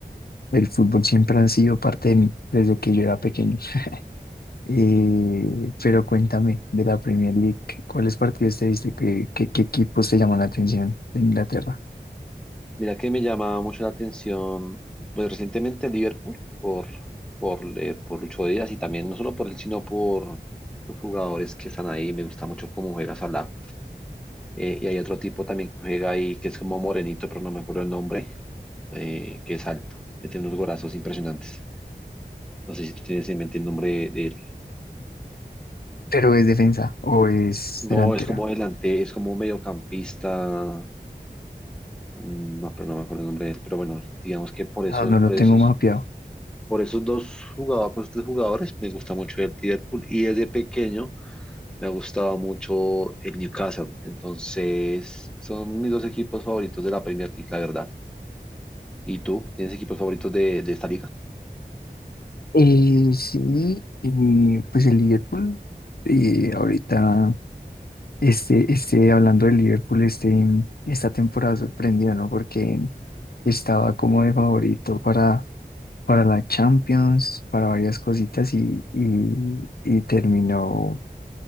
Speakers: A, on the left; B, in the centre.
A: el fútbol siempre ha sido parte de mí desde que yo era pequeño. <laughs> Eh, pero cuéntame de la Premier League, ¿cuáles partidos te viste? ¿Qué, qué, qué equipos te llaman la atención de Inglaterra?
B: Mira que me llama mucho la atención, pues recientemente el Liverpool por, por, eh, por Lucho Díaz y también no solo por él, sino por los jugadores que están ahí. Me gusta mucho cómo juega Salah. Eh, y hay otro tipo también que juega ahí que es como morenito, pero no me acuerdo el nombre. eh, que es alto, metiendo unos golazos impresionantes. No sé si tú tienes en mente el nombre de él.
A: ¿Pero es defensa o es
B: No,
A: delantero?
B: es como adelante es como mediocampista, mm, no, pero no me acuerdo el nombre de él. Pero bueno, digamos que por eso,
A: No, no lo
B: por
A: tengo
B: esos,
A: mapeado.
B: por esos dos jugadores, por esos tres jugadores, me gusta mucho el Liverpool. Y desde pequeño Me ha gustado mucho el Newcastle. Entonces, son mis dos equipos favoritos de la Premier League, la verdad. ¿Y tú? ¿Tienes equipos favoritos de, de esta liga?
A: Eh, sí, y pues el Liverpool, eh, ahorita, este, este, hablando del Liverpool, este, esta temporada sorprendió, ¿no? Porque estaba como de favorito para, para la Champions, para varias cositas y, y, y terminó,